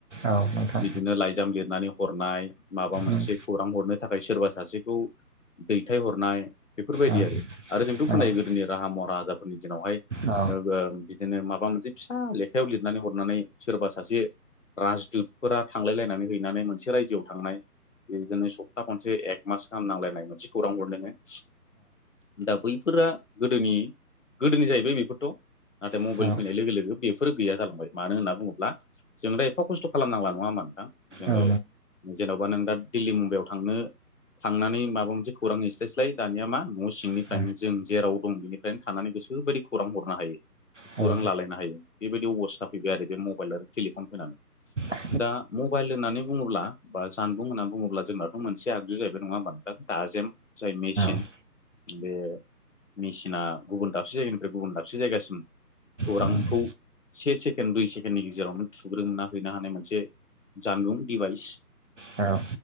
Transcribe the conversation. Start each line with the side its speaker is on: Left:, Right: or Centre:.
Right: औ नोंथां
Left: बिदिनो लाइजाम लिरनानै हरनाय माबा मोनसे
Right: उम
Left: खौरां हरनो थाखाय सोरबा सासेखौ दैथायहरनाय बेफोरबायदि
Right: औ
Left: आरो आरो जोंथ'
Right: औ
Left: खोनायो गोदोनि राहा महाराजाफोरनि दिनावहाय
Right: औ
Left: बिदिनो माबा मोनसे फिसा लेखायाव लिरनानै हरनानै सोरबा सासे राजदुतफोरा थांलायलायनानै हैनानै मोनसे रायजोआव थांनाय बिदिनो सप्ता खनसे एक मास गाहाम नांलायनाय मोनसे खौरां हरनोनो। दा बैफोरा गोदोनि गोदोनि जाहैबाय बेफोरथ, नाथाय मबाइल
Right: औ नोंथां
Left: फैनाय लोगो लोगो बेफोरो गैया जालांबाय मानो होनना बुङोब्ला जों दा एफा खस्थ' खालामनांला नङा होमब्ला नोथां। जोङो
Right: औ
Left: जेन'बा नों दा दिल्ली मुम्बाइआव थांनो थांनानै माबा मोनसे खौरां हैस्लायस्लाय दानिया मा न' सिंनिफ्रायनो
Right: नोंथां
Left: जों जेराव दं बेनि फ्रायनो थानानै गोसोबायदि खौरां हरनो हायो।
Right: औ
Left: खौरां
Right: नोंथां औ
Left: लालायनो हायो, बेबायदि अबस्था फैबाय आरो बे मबाइल आरो टेलिफन फैनानै।
Right: औ
Left: दा मबाइल होन्नानै बुङोब्ला बा जानबुं होननानै बुङोब्ला जोंनाथ' मोनसे आगजु जाहैबाय नङा होमबा नोंथां। दाजेम जाय मेसिन।
Right: नोंथां औ
Left: बे मेसिना गुबुन दाबसे जायगानिफ्राय गुबुन दाबसे जायगासिम खौरांखौ
Right: औ
Left: से सेकेण्ड दुइ सेकेणडनि गेजेरावनो सुग्रोमना हैनो हानाय मोनसे जानबुं दिभाइस।
Right: औ